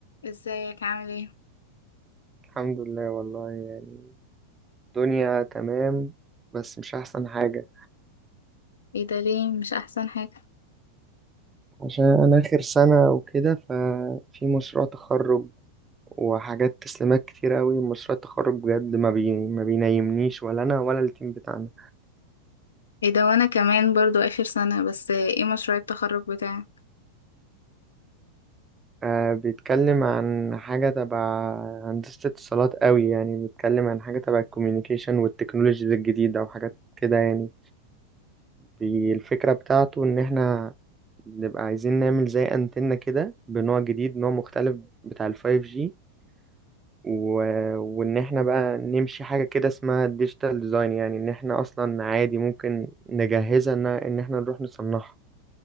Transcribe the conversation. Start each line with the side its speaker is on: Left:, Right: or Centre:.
Left: ازيك عامل ايه
Right: الحمد لله والله يعني الدنيا تمام بس مش أحسن حاجة
Left: ايه ده ليه مش احسن حاجة
Right: عشان أنا آخر سنة وكده ففي مشروع تخرج وحاجات تسليمات كتير أوي مشروع التخرج بجد ما, بي... ما بينيمنيش ولا أنا ولا التيم بتاعنا
Left: ايه ده وانا كمان برضو اخر سنة بس ايه مشروع التخرج بتاعك
Right: آه بيتكلم عن حاجة تبع هندسة اتصالات أوي يعني بيتكلم عن حاجة تبع الكوميونيكيشن والتكنولوجيز الجديدة وحاجات كده يعني بالفكرة بتاعته إن إحنا بنبقى عايزين نعمل زي أنتنة كده بنوع جديد نوع مختلف بتاع الفايف جي و... وإن إحنا بقى نمشي حاجة كده اسمها ديجيتال ديزاين يعني إن إحنا أصلا عادي ممكن نجهزها إن إن إحنا نروح نصنعها